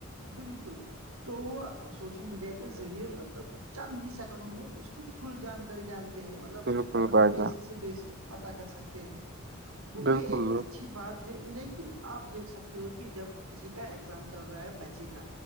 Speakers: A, on the right; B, on the right.
A: بالکل تو وہ سوشل میڈیا کے ذریعے مطلب چند ہی سیکنڈوں میں اس کی فل جانکاری جانتے مطلب
B: بالکل
A: اس کا مطلب
B: بھائی
A: بیسک
B: جان
A: سے بیسک پتا کر سکتے ہیں تو یہ
B: بالکل
A: ایک اچھی
B: بالکل۔
A: بات تھ لیکن آپ دیکھ سکتے ہو کہ جب کسی کا ایگزام چل رہا ہے بچے کا